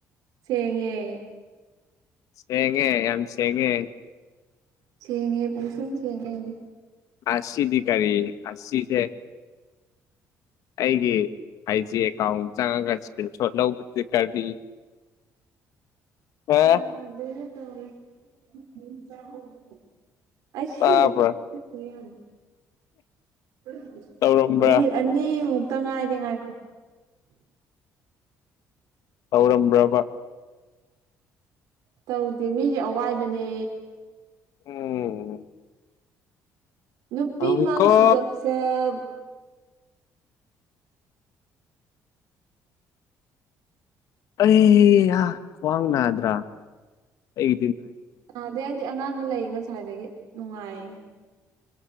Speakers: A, on the right; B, on the left.
A: ꯆꯦꯡꯉꯦ
B: ꯁꯦꯡꯉꯦ ꯌꯥꯝ ꯁꯦꯡꯉꯦ
A: ꯁꯦꯉꯦ ꯄꯨꯁ ꯁꯦꯉꯦ
B: ꯑꯁꯤ ꯤꯀꯥꯔꯤ ꯑꯁꯤꯁ ꯑꯩꯒꯤ ꯑꯥꯢꯖꯤ ꯑꯦꯀꯥꯎꯟꯗ ꯆꯪꯉꯒ ꯁꯀ꯭ꯔꯤꯟ ꯁꯣꯠ ꯂꯧꯕꯗꯤ ꯀꯔꯤ ꯍꯥ
A: ꯌꯥꯗꯦꯍꯦ <unintelligible> <unintelligible>
B: ꯇꯥꯕ꯭ꯔꯥ ꯇꯧꯔꯝꯕ꯭ꯔꯥ
A: ꯃꯤꯅꯤꯠ ꯑꯅꯤ ꯃꯨꯛ ꯇ ꯉꯥꯏꯔꯦ ꯉꯥꯏꯈꯣ
B: ꯍꯧꯔꯝꯕ꯭ꯔꯥꯕ
A: ꯇꯧꯗꯦ ꯃꯤꯒꯤ ꯑꯋꯥꯏꯕꯅꯦ
B: ꯎꯝ
A: ꯅꯨꯄꯤ
B: ꯇꯧꯏꯀꯣ
A: ꯃꯥꯡꯗ ꯒꯞ-ꯁꯞ
B: ꯑꯦ ꯌꯥ ꯈ꯭ꯋꯥꯡ ꯅꯥꯗ꯭ꯔꯥ ꯑꯩ
A: ꯅꯥꯗꯦ ꯑꯩꯗꯤ ꯑꯉꯥꯡꯒ ꯂꯩꯌꯦ ꯉꯁꯥꯏꯗꯒꯤ ꯅꯨꯡꯉꯥꯏꯌꯦ